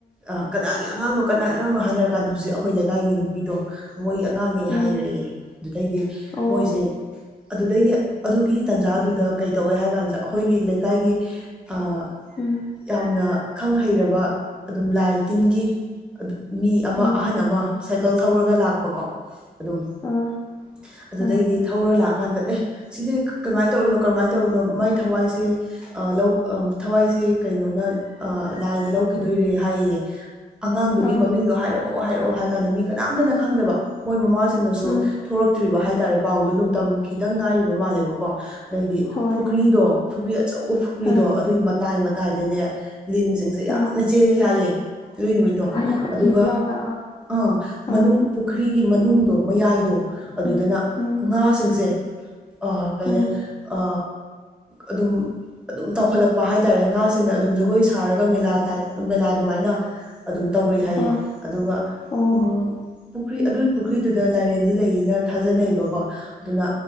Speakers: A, in the centre; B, on the left.
A: ꯑꯥ ꯀꯅꯥꯒꯤ ꯑꯉꯥꯡꯅꯣ ꯀꯅꯥꯒꯤ ꯑꯉꯥꯡꯅꯣ ꯍꯥꯏꯅꯔꯀꯥꯟꯗ ꯍꯧꯖꯤꯛ ꯑꯩꯈꯣꯏ ꯂꯩꯀꯥꯏꯒꯤ ꯅꯨꯄꯤꯗꯣ ꯃꯣꯏꯒꯤ ꯑꯉꯥꯡꯅꯤ ꯍꯥꯏꯩꯔꯛꯑꯦ
B: ꯎꯝ
A: ꯑꯗꯨꯗꯩꯗꯤ
B: ꯑꯣ
A: ꯃꯣꯏꯁꯦ ꯑꯗꯨꯗꯩꯗꯤ ꯑꯗꯨꯒꯤ ꯇꯟꯖꯥꯗꯨꯗ ꯀꯩ ꯇꯧꯋꯦ ꯍꯥꯏ ꯀꯥꯟꯗ ꯑꯩꯈꯣꯏꯒꯤ ꯂꯩꯀꯥꯏꯒꯤ ꯑꯥ
B: ꯎꯝ
A: ꯌꯥꯝꯅ ꯈꯪ ꯍꯩꯔꯕ ꯑꯗꯨꯝ ꯂꯥꯏ ꯇꯤꯟꯒꯤ ꯑꯗꯨ ꯃꯤ ꯑꯃ
B: ꯎꯝ
A: ꯑꯍꯥꯟ ꯑꯃ ꯁꯥꯏꯀꯜ ꯊꯧꯔꯒ ꯂꯥꯛꯄꯀꯣ ꯑꯗꯨꯝ
B: ꯑꯥ
A: <inaudible> ꯑꯗꯨꯗꯩꯗꯤ
B: ꯑꯥ
A: ꯊꯧꯔ ꯂꯥꯛꯑꯀꯥꯟꯗ ꯑꯦ ꯁꯤꯗꯤ ꯀꯃꯥꯏ ꯇꯧꯔꯤꯅꯣ ꯀꯔꯃꯥꯏ ꯇꯧꯔꯤꯅꯣ ꯃꯥꯏ ꯊꯋꯥꯏꯁꯦ ꯑ ꯂꯧ ꯑ ꯊꯋꯥꯏꯁꯦ ꯀꯩꯅꯣꯅ ꯑ ꯂꯥꯏꯅ ꯂꯧꯈꯤꯗꯣꯏꯔꯦ ꯍꯥꯏꯌꯦ ꯑꯉꯥꯡꯗꯨꯒꯤ
B: ꯑꯥ
A: ꯃꯃꯤꯡꯗꯣ ꯍꯥꯏꯔꯛꯑꯣ ꯍꯥꯏꯔꯛꯑꯣ ꯍꯥꯏꯔ ꯀꯥꯟꯗ ꯃꯤ ꯀꯅꯥꯝꯇꯅ ꯈꯪꯗꯕ ꯃꯣꯏ ꯃꯃꯥꯁꯤꯡꯅꯁꯨ
B: ꯎꯝ
A: ꯊꯣꯛꯔꯛꯇ꯭ꯔꯤꯕ ꯍꯥꯏꯇꯥꯔꯦ ꯄꯥꯎꯗꯣ ꯑꯗꯨꯝ ꯇꯝ ꯈꯤꯇꯪ ꯉꯥꯏꯔꯤꯕ ꯃꯥꯜꯂꯦꯕꯀꯣ ꯑꯗꯩꯗꯤ
B: ꯍꯣꯏ
A: ꯄꯨꯈ꯭ꯔꯤꯗꯣ ꯄꯨꯈ꯭ꯔꯤ ꯑꯆꯧꯕ ꯄꯨꯈ꯭ꯔꯤꯗꯣ
B: ꯑꯥ
A: ꯑꯗꯨꯒꯤ ꯃꯇꯥꯏ ꯃꯠ ꯇꯥꯏꯗꯅꯦ ꯂꯤꯟꯁꯤꯡꯁꯦ
B: ꯑꯥ
A: ꯌꯥꯝꯅ ꯆꯦꯜꯂꯤ ꯍꯥꯏꯌꯦ ꯑꯗꯨ ꯅꯨꯃꯤꯠꯇ ꯇꫭ
B: ꯍꯩꯃꯥ ꯀꯤ
A: ꯑꯗꯨꯒ
B: ꯌꯥꯝꯅ
A: ꯑꯥ ꯃꯅꯨꯡ
B: ꯑꯥ
A: ꯄꯨꯈ꯭ꯔꯤꯒꯤ ꯃꯅꯨꯡꯗꯣ ꯃꯌꯥꯏꯗꯣ ꯑꯗꯨꯗꯅ
B: ꯎꯝ ꯎꯝ
A: ꯉꯥꯁꯤꯡꯁꯦ ꯑ ꯀꯩꯅ
B: ꯎꯝ
A: ꯑ ꯑꯗꯨꯝ ꯑꯗꯨꯝ ꯇꯥꯎꯈꯠꯂꯛꯄ ꯍꯥꯏꯇꯥꯔꯦ ꯉꯥ ꯁꯤꯡꯅ ꯑꯗꯨꯝ ꯖꯒꯣꯏ ꯁꯥꯔꯒ ꯃꯦꯂꯥ ꯇꯥꯏꯞ ꯃꯦꯂꯥ ꯑꯗꯨꯃꯥꯏꯅ ꯑꯗꯨꯝ ꯇꯧꯔꯤ ꯍꯥꯏꯌꯦ
B: ꯑꯥ
A: ꯑꯗꯨꯒ
B: ꯑꯣ
A: ꯎꯝ ꯄꯨꯈ꯭ꯔꯤ ꯑꯗꯨꯒꯤ ꯄꯨꯈ꯭ꯔꯤꯗꯨꯗ ꯂꯥꯏꯔꯦꯟꯗꯤ ꯂꯩꯌꯦꯅ ꯊꯥꯖꯅꯩꯕꯀꯣ ꯑꯗꯨꯅ